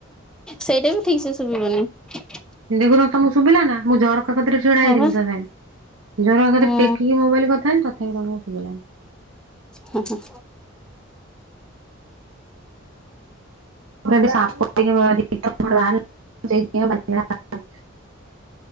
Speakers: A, in the centre; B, on the right.
A: ସେଇଟା ବି ଠିକ ସେ ଶୁଭିବ ନାହିଁ।
B: ଦେଖୁନ ତମକୁ ଶୁଭିଲା ନା? ମୁଁ ଝର କା କତରେ ଛିଡା
A: ହଁ
B: ହେଇଥିଲି
A: ବା
B: ତଥାପି, ଝରକା କତରେ
A: ହୁଁ
B: ଟେକିକି ମୋବାଇଲ କଥା ହେଲି ତଥାପି ତମକୁ ଶୁଭିଲାନି।
A: ହୁଁ ହୁଁ।
B: ପୁରା ଏଠି ସାପ <unintelligible> ବାହାରିଲା। <inaudible> ଟିକେ ଲାଇଟ୍ ଦେଖାଯାଉଛି।